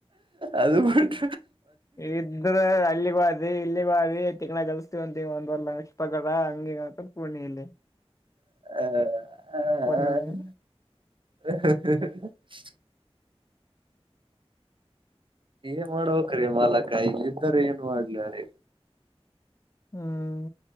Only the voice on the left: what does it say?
ಇದ್ರೆ ಅಲ್ಲಿಗೆ ಅದು ಇಲ್ಲಿ ಬಾವಿ ತಿಂಗಗಳ ಕಲ್ಸಸ್ತೀವ ಅಂತ ಒಂದ್ ಬರ್ಪಗಡ ಹಂಗಿ ಅಂತ ಪೂರ್ಣೆಲ್ಲಿ
ನನಗೆ
ಹ್ಮ್